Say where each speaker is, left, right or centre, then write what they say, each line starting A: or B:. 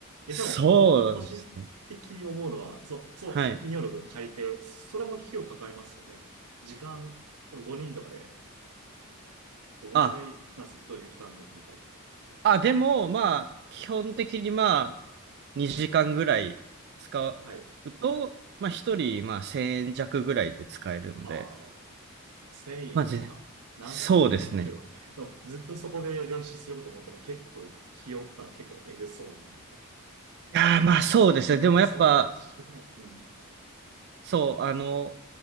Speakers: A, on the right; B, on the right.
A: え、
B: そうですね。
A: でも、僕、個人的に思うのは、そう、そう、
B: はい。
A: 246を借りて、それも費用かかりますよね。時間、でも5人とかで、どのぐらいなんですか、
B: あ、
A: 1人負担のみたいな。
B: あ、でもまあ、基本的にまあ、2時間ぐらい使
A: はい。
B: うと、まあ1人、まあ1000円弱ぐらいで使えるので、
A: ああ、1000円か。
B: まあぜ、
A: なんとも言えないけど、
B: そうですね。
A: でも、ずっとそこで練習すること思ったら、結構、費用負担結構えぐそうだな、みたいな。
B: いやーまあそうですね。
A: そ、そんなの、
B: でもやっぱ、
A: そんな、まあ、仕ない。うん。
B: そう、あの、